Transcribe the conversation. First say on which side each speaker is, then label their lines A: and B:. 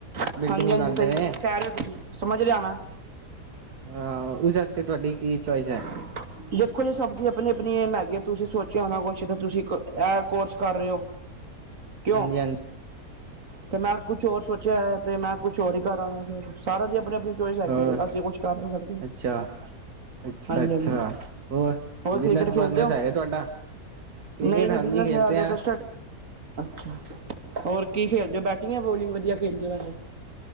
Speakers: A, on the right; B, on the right.
A: ਹਾਂਜੀ
B: ਬਿਲਡਿੰਗ
A: ਹਾਂਜੀ
B: ਬਣਾਦੇ
A: ਸਹੀ ਕਹਿ
B: ਨੇ।
A: ਰਹੇ ਹੋ ਤੁਸੀਂ ਸਮਝ ਰਿਹਾ ਮੈਂ
B: ਆ, ਉਸ ਵਸਤੇ ਤੁਹਾਡੀ ਕੀ ਚੋਇਸ ਹੈ?
A: ਹ <unintelligible> ਦੇਖੋ ਜੀ ਸਭ ਦੀ ਅਪਣੀ- ਅਪਣੀ ਏਮ ਹੈਗੀ ਏ, ਤੁਸੀਂ ਸੋਚਿਆ ਹੋਨਾ ਕੁਛ ਤਾਂ ਤੁਸੀ ਇਹ ਕੋਰਸ ਕਰ ਰਹੇ ਹੋ। ਕਿਉਂ?
B: ਹਾਂਜੀ ਹਾਂਜੀ
A: ਤੇ ਮੈਂ ਕੁਛ ਹੋਰ ਸੋਚਿਆ ਹੈ ਤੇ ਮੈਂ ਕੁਛ ਚੋਰੀ ਕਰਾਂਗੇ ਫੇਰ ਸਾਰੇਆਂ ਦੀ ਆਪਣੀ ਆਪਣੀ ਚੋਇਸ ਹੈਗੀ
B: ਹੋਰ
A: ਅਸੀਂ ਕੁਛ ਕਰ ਨੀ ਸਕਦੇ। ਨਹੀਂ
B: ਅੱਛਾ, ਅੱਛਾ,
A: ਹਾਂਜੀ
B: ਅੱਛਾ।
A: ਹਾਂਜੀ
B: ਹੋਰ
A: ਹੋਰ
B: ਬਿਜਨਸ
A: ਕ੍ਰਿਕਟ
B: ਬੁਜਨਸ
A: ਖੇਲਦੇ ਹੋ
B: ਹੈਗਾ ਤੁਹਾਡਾ। ਕ੍ਰਿਕਟ
A: ਨਹੀਂ ਨਹੀਂ
B: ਹਾਂਜੀ
A: ਬਿਜਨਸ
B: ਖੇਲਦੇ
A: ਹਾਲੇ
B: ਆ
A: ਤੇ ਅੱਛਾ ਹੋਰ ਕੀ ਖੇਡਦੇ ਹੋ? ਬੈਟਿੰਗ ਯਾ ਬੋਲਿੰਗ ਵਧੀਆ ਖੇਡਦੇ ਹੋ ਵੈਸੇ